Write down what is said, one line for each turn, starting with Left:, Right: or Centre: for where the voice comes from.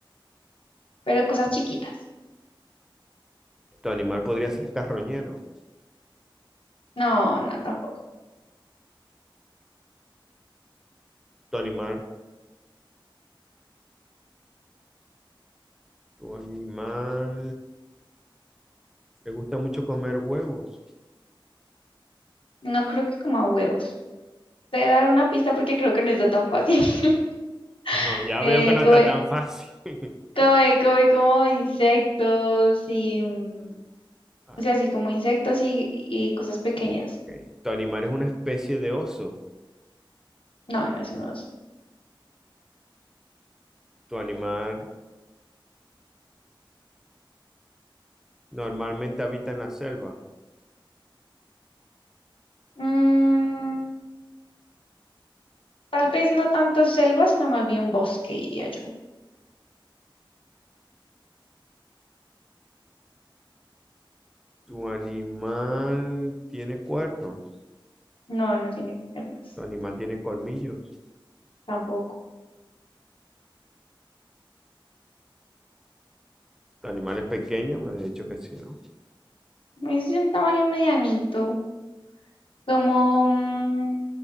Left: Pero cosas chiquitas.
Centre: Tu animal podría ser carroñero.
Left: No, no, tampoco.
Centre: Tu animal. Tu animal. Le gusta mucho comer huevos.
Left: No creo que coma huevos. Te voy a dar una pista porque creo que no está tan fácil. <laughs>
Centre: No, ya
Left: Eh,
Centre: veo que no
Left: come,
Centre: está tan fácil. <laughs>
Left: come, come como insectos y... mm,
Centre: Vale,
Left: O sea, así como insectos y, y cosas pequeñas.
Centre: ok. Tu animal es una especie de oso.
Left: No, no es un oso.
Centre: Tu animal normalmente habita en la selva.
Left: Mm, tal vez no tanto selva, sino más bien bosque, diría yo.
Centre: Tu animal tiene cuernos.
Left: No, no tiene piernas.
Centre: Tu animal tiene colmillos.
Left: Tampoco.
Centre: Tu animal es pequeño, me has dicho que sí, ¿no?
Left: Es de un tamaño medianito. Como... mm,